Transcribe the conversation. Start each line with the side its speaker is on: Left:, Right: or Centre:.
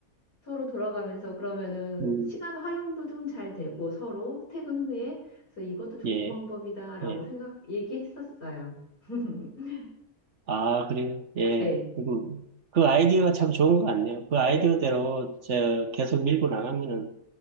Left: 서로 돌아가면서 그러면은
Right: 음,
Left: 시간 활용도 좀 잘 되고 서로 퇴근 후에 그래서 이것도 좋은
Right: 예,
Left: 방법이다라고
Right: 예.
Left: 생각 얘기했었어요. <laughs>
Right: 아, 그래요. 예.
Left: 네,
Right: 음. 그 아이디어가 참 좋은 것 같네요. 그 아이디어대로
Left: 네.
Right: 저 계속 밀고 나가면은